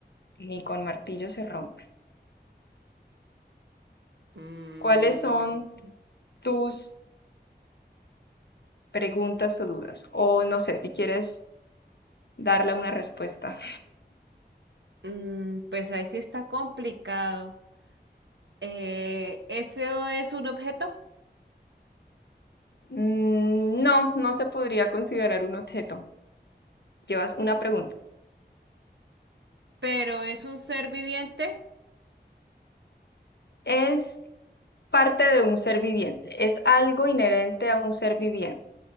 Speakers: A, on the left; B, on the right.
A: ni con martillo se rompe.
B: Mm,
A: ¿Cuáles son tus preguntas o dudas? O no sé, si quieres darle una respuesta.
B: mm, pues ahí sí está complicado. Eh, eso es un objeto,
A: Mm, No, no se podría considerar un objeto. Llevas una pregunta.
B: pero es un ser viviente,
A: Es parte de un ser viviente. Es algo inherente a un ser viviente.